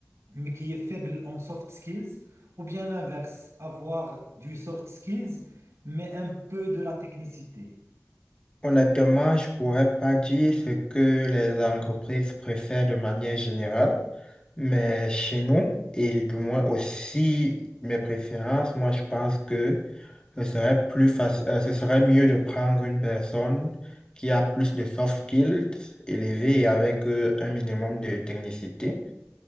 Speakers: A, on the right; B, on the left.
A: mais qui est faible en soft skills, ou bien l'inverse, avoir du soft skills, mais un peu de la technicité?
B: Honnêtement, je pourrais pas dire ce que les entreprises préfèrent de manière générale, mais chez nous, et du moins aussi mes préférences, moi je pense que Ce serait plus facile, ce serait mieux de prendre une personne qui a plus de soft skills élevés et avec euh, un minimum de technicité.